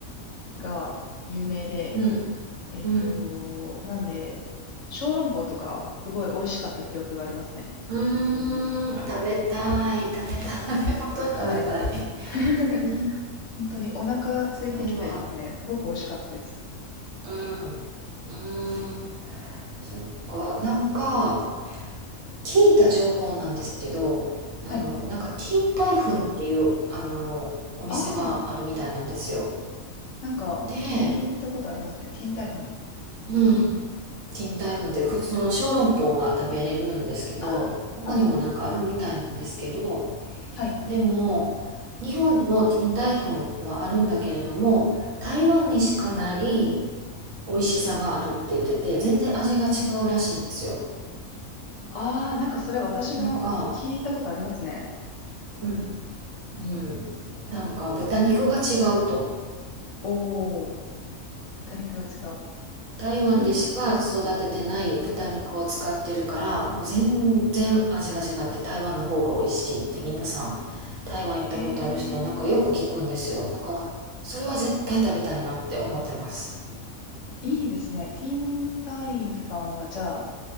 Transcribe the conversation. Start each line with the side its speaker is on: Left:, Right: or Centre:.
Left: が有名で、
Right: うん。
Left: えっと、
Right: うん。
Left: なんで、小籠包とかすごい美味しかった記憶がありますね。
Right: うーん。食べたい。食べたい。<laughs> 本当に食べたい。
Left: はい。
Right: ね
Left: <laughs>
Right: え。
Left: 本当にお腹空いてきちゃいますね。
Right: 台湾。
Left: すごく美味しかったです。
Right: うん。うん。そっか。なんか、聞いた情報なんですけど、あの、
Left: はい。
Right: なんか、金台粉っていう、あの、お店があるみたいなんですよ。
Left: ああ、なんか聞いたことありますね。
Right: で、
Left: ティーンタイフン。
Right: うん。賃貸粉ってその小籠包が食べれるんですけど他にもなんかあるみたいなんですけど
Left: ああ、はい。
Right: でも日本にも賃貸粉はあるんだけれども台湾にしかない美味しさがあるって言ってて全然味が違うらしいんですよ
Left: ああ、なんかそれ私も聞いたことありますね。
Right: なんかうん、うん、なんか豚肉が違うと
Left: おー、多肉が違う。
Right: 台湾でしか育ててない豚肉を使ってるからもう全然味が違って台湾の方が美味しいって皆さん台湾行ったことある人はなんかよく聞くんですよだからそれは絶対食べたいなって思ってます
Left: いい。へえ。いいですね。ティンタイファンは、じゃあ、